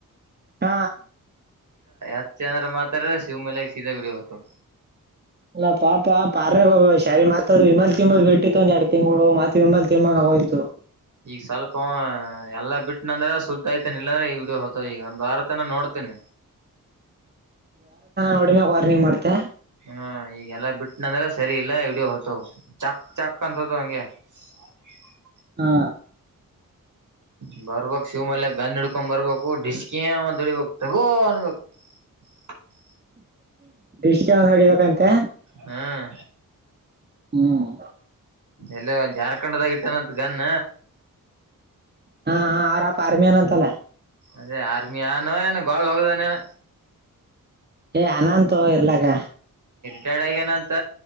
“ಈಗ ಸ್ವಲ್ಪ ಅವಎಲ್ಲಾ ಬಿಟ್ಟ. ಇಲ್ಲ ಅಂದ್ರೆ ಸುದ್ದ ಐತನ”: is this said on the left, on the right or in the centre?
Right